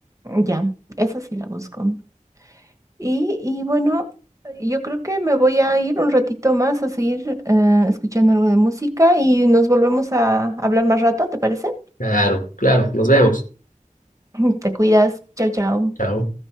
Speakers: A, on the right (about 25°); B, on the left (about 80°).
A: Ya, esa sí la busco. Y, y bueno, yo creo que me voy a ir un ratito más a seguir eh, escuchando algo de música y nos volvemos a hablar más rato, ¿te parece?
B: Claro, claro, nos vemos.
A: <laughs> Te cuidas. Chao, chao.
B: Chao.